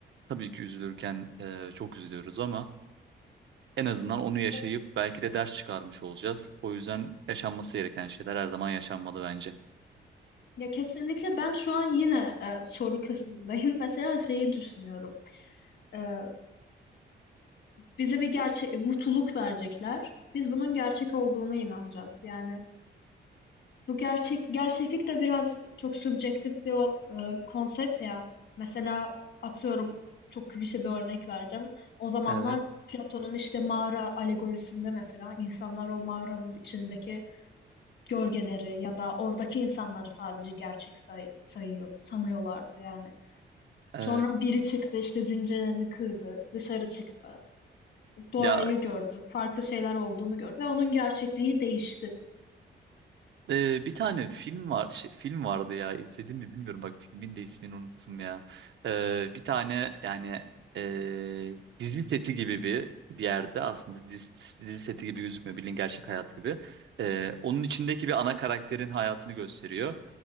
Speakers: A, on the right; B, on the left.
A: Tabii ki üzülürken e, çok üzülüyoruz ama en azından onu yaşayıp
B: ya-
A: belki de ders çıkarmış olacağız. O yüzden yaşanması gereken şeyler her zaman yaşanmalı bence.
B: ya kesinlikle ben şu an yine e, soru kısmındayım. <laughs> Mesela şeyi düşünüyorum. E, bize bir gerçek mutluluk verecekler. Biz bunun gerçek olduğuna inanacağız. Yani bu gerçek gerçeklik de biraz çok subjektif bir o, e, konsept ya. Mesela atıyorum çok klişe bir örnek vereceğim. O zamanlar
A: Evet,
B: Platon'un işte mağara alegorisinde mesela insanlar o mağaranın içindeki gölgeleri ya da oradaki insanları sadece gerçek say- sayıyor, sanıyorlardı yani. Sonra
A: evet.
B: biri çıktı işte zincirlerini kırdı, dışarı çıktı, doğayı
A: Ya
B: gördü, farklı şeyler olduğunu gördü ve onun gerçekliği değişti.
A: Ee, bir tane film var şey, film vardı ya izledim mi bilmiyorum bak filmin de ismini unuttum ya. Ee, bir tane yani ee, dizi seti gibi bir bir yerde aslında dizi, dizi seti gibi gözükmüyor bildiğin gerçek hayat gibi. Ee, onun içindeki bir ana karakterin hayatını gösteriyor.